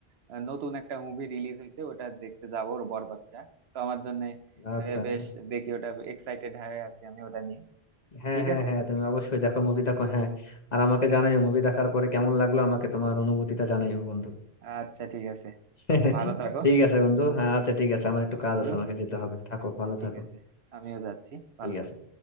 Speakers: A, on the right; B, on the left.
A: আহ, নতুন একটা মুভি রিলিজ হয়েছে ওটা দেখতে যাবো ওর বরবাদটা তো আমার জন্য
B: আচ্ছা
A: বেশ
B: আচ্ছা
A: দেখি ওটা এক্সাইটেড হয়ে আছি আমি ওটা নিয়ে
B: হ্যাঁ
A: ঠিক
B: হ্যাঁ
A: আছে
B: হ্যাঁ তুমি অবশ্যই দেখো মুভি দেখো হ্যাঁ আর আমাকে জানাইও মুভি দেখার পরে কেমন লাগলো আমাকে তোমার অনুভূতিটা জানাইও বন্ধু
A: আচ্ছা ঠিক আছে
B: <laughs>
A: ভালো থাকো
B: ঠিক আছে বন্ধু হ্যাঁ আচ্ছা ঠিক আছে আমার একটু
A: বন্ধু
B: কাজ আছে আমাকে যেতে হবে থাকো
A: আচ্ছা
B: ভালো
A: ঠিক
B: থাকো
A: আছে আমিও যাচ্ছি ভালো
B: ঠিক
A: থাকো
B: আছে